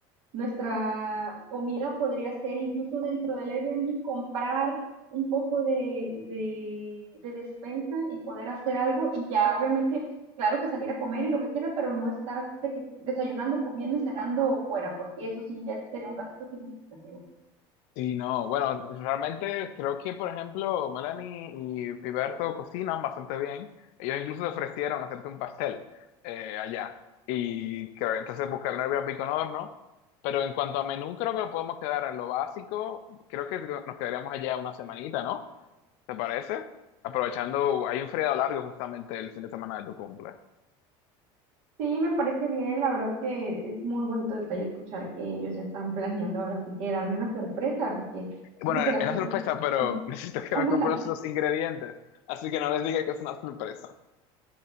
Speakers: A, on the right; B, on the left.
A: Nuestra comida podría ser incluso dentro del Airbnb comprar un poco de, de, de despensa y poder hacer algo y ya obviamente, claro que salir a comer y lo que quiera, pero no estar de que- desayunando, comiendo y cenando fuera, porque eso sí ya sería un gasto significativo.
B: Sí, no, bueno, realmente creo que, por ejemplo, Melanie y Piberto cocinan bastante bien. Ellos incluso ofrecieron hacerte un pastel eh, allá. Y creo, entonces buscar un Airbnb con horno. Pero en cuanto a menú, creo que podemos quedar en lo básico. Creo que nos quedaríamos allá una semanita, ¿no? ¿Te parece? Aprovechando, hay un feriado largo justamente el fin de semana de tu cumple.
A: Sí, me parece bien, la verdad que es muy bonito detalle escuchar que ellos ya están planeando ahora sí que darme una sorpresa, porque
B: Bueno,
A: yo creo
B: es
A: que las
B: una
A: cosas,
B: sorpresa, pero
A: sí.
B: <laughs> necesito que
A: <laughs>
B: me compres los ingredientes. Así que no les diga que es una sorpresa.